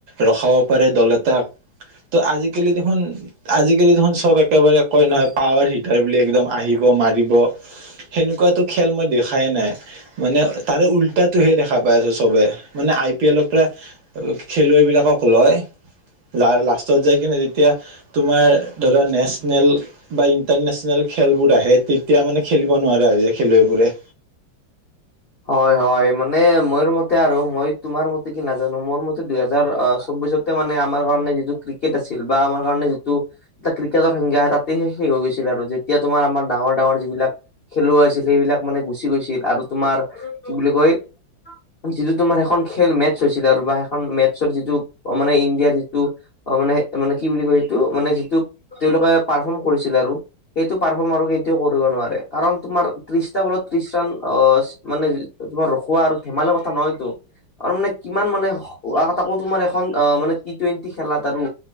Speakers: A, on the right; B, on the left.
A: ৰখাব পাৰে দল এটাক, ত' আজিকালি দেখোন আজিকালি দেখোন চব একেবাৰে কয় নহয় পাৱাৰ হিটাৰ বুলি একদম আহিব মাৰিব। সেনেকুৱাটো খেল মই দেখাই নাই। মানে তাৰে উল্টাটোহে দেখা পাই আছোঁ চবে, মানে আই পি এলৰ পৰা খেলুৱৈ বিলাকক লয়, লা লাষ্টত যাই কিনে তেতিয়া তোমাৰ ধৰি লোৱা নেচনেল বা ইণ্টাৰনেচনেল খেলবোৰ আহে, তেতিয়া মানে খেলিব নোৱাৰা হৈ যায় খেলুৱৈবোৰে।
B: হয় হয়, মানে মোৰ মতে আৰু মই তোমাৰ মতে কি নাজানো, মোৰ মতে দুইহেজাৰ চৌবিশত মানে আমাৰ কাৰণে যিটো ক্ৰিকেট আছিল বা আমাৰ কাৰণে যিটো এটা ক্ৰিকেটৰ সংজ্ঞা তাতেই শেষ হৈ গৈছিল আৰু যেতিয়া তোমাৰ আমাৰ ডাঙৰ ডাঙৰ যিবিলাক খেলুৱৈ আছিল, সেইবিলাক মানে গুচি গৈছিল আৰু তোমাৰ কি বুলি কয় যিটো তোমাৰ এখন খেল মেটছ হৈছিল আৰু বা সেইখন মেটছৰ যিটো মানে ইণ্ডিয়াৰ যিটো অ মানে, মানে কি বুলি কয় সেইটো, মানে যিটো তেওঁলোকে পাৰফৰ্ম কৰিছিলে আৰু সেইটো পাৰফৰ্ম আৰু কেতিয়াও কৰিব নোৱাৰে, কাৰণ তোমাৰ ত্ৰিশটা বলত ত্ৰিশ ৰান অ মানে তোমাৰ ৰখোৱা আৰু ধেমালি কথা নহয়তো আৰু মানে কিমান মানে আকৌ তোমাৰ এখন মানে টি টুৱেণ্টি খেলাত আৰু